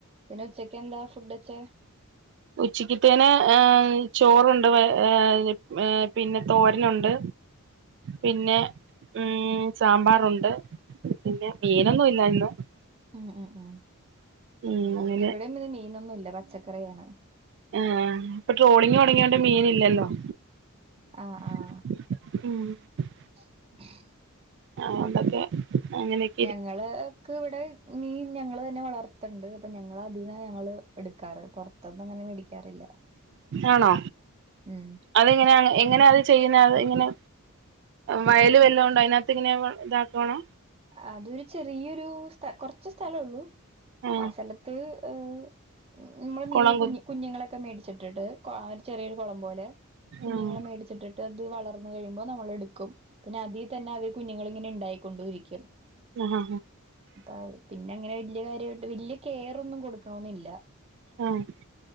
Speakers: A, on the right; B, on the right.
A: പിന്നെ ഉച്ചക്ക് എന്താ ഫുഡ്ച്ചെ
B: ഉച്ചക്ക്ത്തേനെ ഏ ചോറ്ണ്ട് പ ഏ ഏ പിന്നെ തോരനുണ്ട്. പിന്നെ ഉം സാമ്പാറുണ്ട്, പിന്നെ മീനൊന്നും ഇല്ലായിന്ന്
A: ഉം ഉം ഉം
B: ഉം അങ്ങനെ
A: ഇവിടെയും ഇത് മീനൊന്നുല്ല പച്ചക്കറിയാണ്
B: ആഹ് ആ ആ ഇപ്പൊ ട്രോളിങ് തുടങ്ങിയോണ്ട് മീന് ഇലെന്നും
A: ആഹ് ആ ആഹ്
B: <inaudible>
A: <unintelligible>
B: ആടൊകെ <unintelligible>
A: ഞങ്ങള് ക്ക് ഇവടെ മീൻ ഞങ്ങൾ തന്നെ വളർത്ത്ണ്ട് അപ്പൊ ഞങ്ങൾ അതീന്നാ ഞങ്ങള് എടുക്കാറ് പൊ ത്ത്നൊന്നും അങ്ങനെ മേടിക്കാറില്ല
B: ആണോ?
A: ഉം
B: അതെങ്ങനെയാ എങ്ങനെ അത് ചെയ്യ്നാതെങ്ങനെ വയല് വല്ലേ ഉണ്ടോ അതിനാത്ത് ഇങ്ങനെ ഇതാക്കണോ
A: അതൊരു ചെറിയൊരു സ്ഥ കൊറച്ച് സ്ഥലംള്ളൂ
B: ആഹ്
A: ആ സ്ഥലത്ത് ഏഹ് നമ്മള് മീന്
B: കുളം കുത്തി
A: കുഞ് കുഞ്ഞുങ്ങളൊക്കെ മേടിച്ചിട്ടിട്ട് കൊ ഒരു ചെറിയൊരു കൊളം പോലെ കുഞ്ഞുങ്ങളെ
B: ആഹ്
A: മേടിച്ചിട്ട് ട്ടത് വളർന്ന് കഴിയുമ്പോ നമ്മളെടുക്കും പിന്നെ അതിതന്നെ അത് കുഞ്ഞുങ്ങള് ഇങ്ങനെ ഇണ്ടായിക്കൊണ്ട് രിക്കും
B: ഹാ ഹാ
A: അപ്പ പിന്നെങ്ങനെ വെല്ല്യേ കാര്യയിട്ട് വെല്ല്യേ കെയറൊന്നും കൊടുക്കണോന്നില്ല
B: ആഹ്